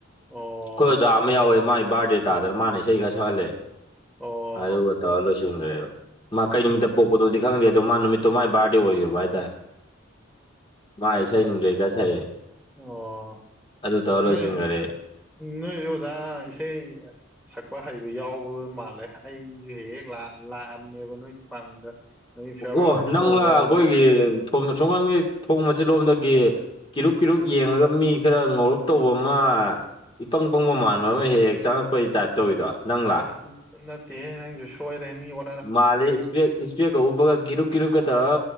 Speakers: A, in the centre; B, on the left.
A: ꯑꯣ
B: ꯑꯣꯖꯥ ꯑꯃ ꯌꯥꯎꯋꯦ ꯃꯥꯥꯏ ꯕꯥꯔꯗꯦ ꯇꯥꯗꯅ ꯃꯥꯅ ꯏꯁꯩ ꯈꯔ ꯁꯛꯍꯜꯂꯦ
A: ꯑꯣ
B: ꯑꯗꯨꯒ ꯇꯧꯔꯒ ꯂꯣꯏꯁꯤꯟꯒꯔꯦꯕ ꯃꯥ ꯀꯩ ꯅꯨꯃꯤꯠꯇ ꯄꯣꯛꯄꯗꯣꯗꯤ ꯈꯪꯗꯦ ꯑꯗꯣ ꯃꯥ ꯅꯨꯃꯤꯠ ꯇꯣ ꯃꯥꯏ ꯕꯥꯔꯗꯦ ꯑꯣꯏꯒꯤꯕ ꯍꯥꯏꯇꯥꯔꯦ ꯃꯥ ꯏꯁꯩ ꯅꯨꯡꯖꯩꯒ ꯈꯔ ꯁꯛꯑꯦ
A: ꯑꯣ
B: ꯑꯗꯨ ꯇꯧꯔ ꯂꯣꯏꯁꯤꯟꯈꯔꯦ
A: ꯅꯣꯏ ꯅꯣꯏꯗꯤ ꯑꯣꯖꯥ ꯏꯁꯩ ꯁꯛꯄ ꯍꯩꯕ ꯌꯥꯎꯕ ꯃꯥꯜꯂꯦ ꯑꯩꯖꯨ ꯍꯦꯛ ꯍꯦꯛ ꯂꯥꯛ ꯂꯥꯛꯑꯝꯃꯦꯕ ꯅꯣꯏ ꯗꯤꯄꯥꯔꯠꯃꯦꯟꯗ ꯅꯣꯏ ꯐꯤꯌꯥꯔꯋꯦꯜꯒꯨꯝꯕ
B: ꯕꯣꯕꯣ ꯅꯪꯂꯥ
A: ꯇꯧꯕ
B: ꯑꯩꯈꯣꯏꯒꯤ
A: ꯑꯗꯩ
B: ꯊꯣꯡ ꯑꯁꯣꯀꯥꯟꯗꯒꯤ ꯊꯣꯡ ꯃꯆꯦꯠꯂꯣꯝꯗꯒꯤ ꯀꯤꯔꯨꯝ ꯀꯤꯔꯨꯞ ꯌꯦꯡꯉꯒ ꯃꯤ ꯈꯔ ꯉꯧꯔꯞ ꯇꯧꯕ ꯑꯃ ꯏꯄꯪ ꯄꯪꯕ ꯃꯥꯟꯕ ꯑꯃ ꯍꯦꯛ ꯍꯦꯛ ꯆꯪꯉꯛꯄꯩ ꯇꯥꯏꯞ ꯇꯧꯋꯤꯗꯣ ꯅꯪꯂꯥ
A: ꯑꯁ ꯅꯠꯇꯦꯍꯦ ꯅꯪꯒꯤꯗꯣ ꯁꯣꯏꯔꯦ ꯃꯤ ꯑꯣ
B: ꯃꯥꯜꯂꯦ ꯏꯁꯄꯦ ꯏꯁꯄꯦꯛꯀ ꯎꯞꯄꯒ ꯀꯤꯔꯨꯛ ꯀꯤꯔꯨꯛꯀ ꯇ